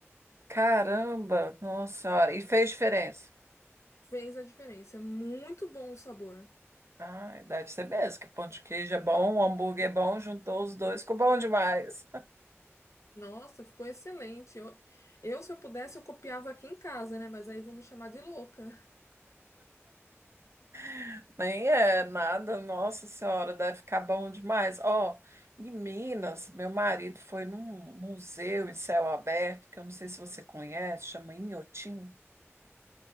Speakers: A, on the right; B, on the left.
A: Caramba, nossa senhora, e fez diferença.
B: Fez a diferença. É muito bom o sabor.
A: Ah, deve ser mesmo, que pão de queijo é bom, hambúrguer é bom, juntou os dois, ficou bom demais.
B: Nossa, ficou excelente. Eu, eu, se eu pudesse, eu copiava aqui em casa, né? Mas aí vão me chamar de louca.
A: <laughs> Nem é nada, nossa senhora, deve ficar bom demais. Ó, em Minas, meu marido foi num museu em céu aberto, que eu não sei se você conhece, chama Inhotim.